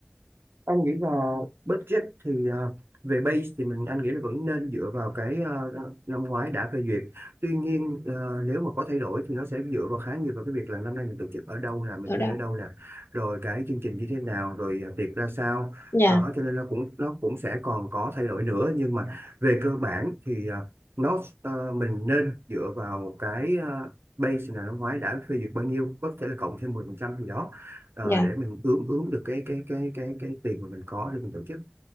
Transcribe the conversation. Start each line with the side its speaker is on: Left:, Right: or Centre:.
Right: anh nghĩ là budget thì ờ, về base thì mình anh nghĩ là vẫn nên dựa vào cái ờ, năm ngoái đã phê duyệt tuy nhiên ờ, nếu mà có thay đổi thì nó sẽ dựa vào khá nhiều vào cái việc là năm nay mình tổ chức ở đâu nè mình
Left: Ở
Right: thuê
Left: đâu?
Right: ở đâu nè rồi cái chương trình như thế nào rồi ờ, tiệc ra sao
Left: Dạ,
Right: đó cho nên nó cũng nó cũng sẽ còn có thay đổi nữa nhưng mà về cơ bản thì ờ, nó ờ, mình nên dựa vào cái ờ, base là năm ngoái đã phê duyệt bao nhiêu có thể là cộng thêm 10% gì đó ờ,
Left: dạ.
Right: để mình ướm ướm được cái cái cái cái cái tiền mà mình có để mình tổ chức